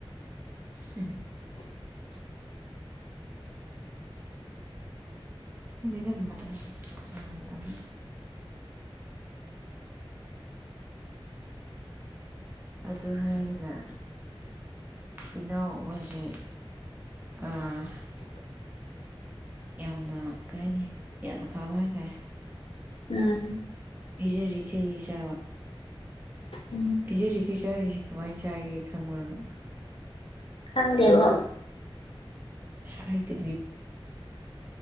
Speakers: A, on the right (about 20°); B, on the left (about 70°).
A: <inaudible> ꯗ ꯃ ꯃꯇꯝ ꯃꯇꯝ ꯑꯗꯨ ꯍꯥꯏꯔꯒ ꯍꯣꯏꯅꯥꯎ ꯑꯃ ꯁꯤ ꯑꯥ ꯌꯥꯝꯅ ꯀꯩ ꯍꯥꯏꯅꯤ ꯌꯥꯝꯅ ꯐꯕ ꯍꯥꯏꯇꯥꯔꯦ
B: ꯎꯝ
A: ꯄꯤꯖꯔꯤ ꯈꯩꯌꯦ ꯆꯥꯕ
B: ꯎꯝ
A: ꯄꯤꯖꯔꯤꯒꯦ ꯆꯥꯔꯤꯁꯤꯦ ꯀꯃꯥꯏꯅ ꯆꯥꯒꯦ ꯈꯪꯕ꯭ꯔꯅꯣ
B: ꯈꯪꯗꯦꯕꯣ
A: ꯁꯍꯤꯇ